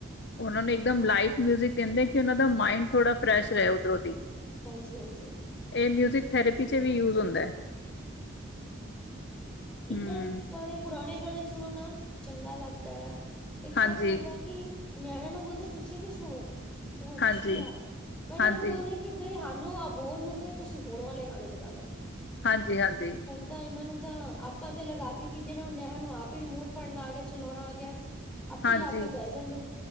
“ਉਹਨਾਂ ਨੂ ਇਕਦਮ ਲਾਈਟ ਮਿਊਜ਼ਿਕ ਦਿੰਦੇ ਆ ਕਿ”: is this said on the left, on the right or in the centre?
Left